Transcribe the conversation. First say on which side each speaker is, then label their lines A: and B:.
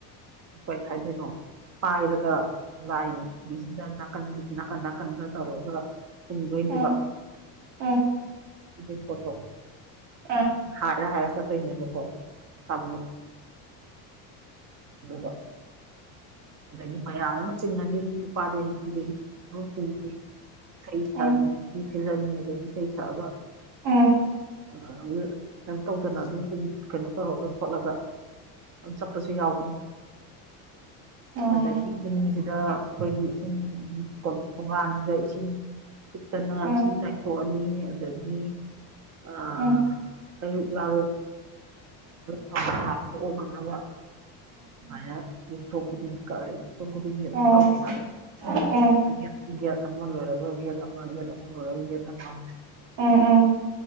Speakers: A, on the right; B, on the right.
A: ꯀꯩ ꯍꯥꯏꯗꯣꯏꯅꯣ ꯄꯥꯏꯔꯒ ꯂꯥꯏ ꯁꯤꯗ ꯅꯥꯀꯟꯁꯤꯗ ꯅꯥꯀꯟ ꯅꯥꯀꯟꯒ ꯇꯧꯔꯒ ꯍꯨꯝꯗꯣꯏꯅꯦꯕ
B: ꯎꯝ ꯎꯝ
A: ꯏꯗꯤ ꯀꯠꯇꯣ
B: ꯑꯥ ꯑꯥ
A: ꯍꯔ ꯍꯥꯏꯔ ꯆꯠꯇꯧꯅꯦꯕ ꯀꯣ ꯆꯃ ꯑꯗꯨꯕ ꯑꯗꯒꯤ ꯃꯌꯥꯝ ꯑꯃ ꯆꯤꯡꯉꯅꯤ ꯅꯨꯄꯥꯗꯒꯤ ꯅꯨꯄꯤꯗꯒꯤ ꯍꯧꯁꯤꯡꯗꯤ ꯏꯁꯩ
B: ꯎꯝ
A: ꯅꯨꯡꯁꯤꯜꯂꯅꯤ ꯑꯗꯒꯤ ꯏꯁꯩ ꯁꯛꯑꯕ
B: ꯎꯝ
A: ꯑꯗꯨ ꯀꯩꯅꯝ ꯇꯧꯗꯅ ꯑꯗꯨꯝ ꯀꯩꯅꯣ ꯇꯧꯔꯒ ꯈꯣꯠꯂꯒ ꯆꯠꯄꯁꯨ ꯌꯥꯎꯕ
B: ꯎꯝ ꯑꯣ
A: ꯑꯗꯒꯤ ꯌꯨꯝꯁꯤꯗ ꯑꯩꯈꯣꯏꯒꯤ ꯏꯁꯤꯡ ꯊꯣꯡꯒꯥꯥꯟꯁꯤꯗ ꯏꯁꯤꯡ ꯐꯨꯛꯇꯅ
B: ꯎꯝ
A: ꯏꯁꯤꯡ ꯇꯥꯏꯊꯣꯛꯑꯅꯤ ꯑꯗꯒꯤ ꯑꯥ
B: ꯎꯝ ꯎꯝ ꯎꯝ
A: ꯍꯩꯂꯨꯛ ꯂꯥꯔꯨꯛ ꯀ ꯋꯥ <unintelligible> ꯃꯥꯢꯅ ꯆꯣꯡ ꯈꯨꯗꯤꯡ ꯀꯦ ꯁꯣꯡ ꯈꯨꯗꯤꯡꯁ ꯑꯗꯨꯝ
B: ꯑꯣ
A: ꯇꯧꯋꯦ
B: ꯎꯝ
A: ꯒꯦꯠ ꯒꯦꯠ ꯑꯃ ꯂꯣꯏꯔꯒ ꯒꯦꯠ ꯑꯃ ꯒꯦꯠ ꯑꯃ ꯂꯣꯏꯔꯒ ꯒꯦꯠ ꯑꯃ
B: ꯎꯝ ꯎꯝ